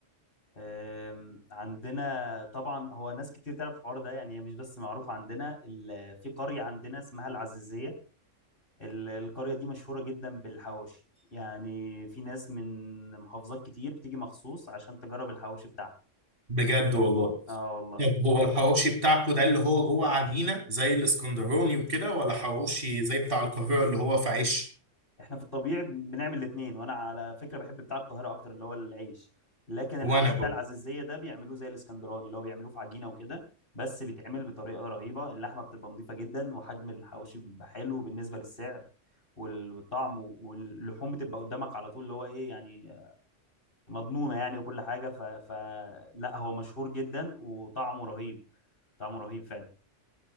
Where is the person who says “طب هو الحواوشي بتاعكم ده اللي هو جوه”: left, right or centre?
Right